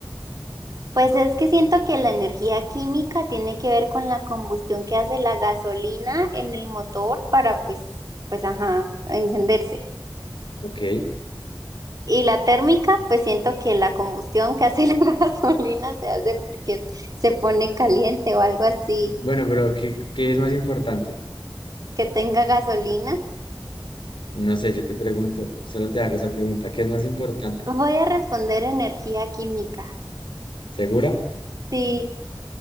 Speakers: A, on the right; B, on the left.
A: Pues es que siento que la energía química tiene que ver con la combustión que hace la gasolina en el motor para pues, pues ajá, encenderse.
B: Ok.
A: Y la térmica, pues siento que la combustión que hace la <laughs> gasolina se hace porque se pone caliente o algo así,
B: Bueno, pero ¿qué, qué es más importante?
A: que tenga gasolina.
B: No sé, yo te pregunto, solo te hago esa pregunta. ¿Qué es más importante?
A: Voy a responder energía química.
B: ¿Segura?
A: Sí,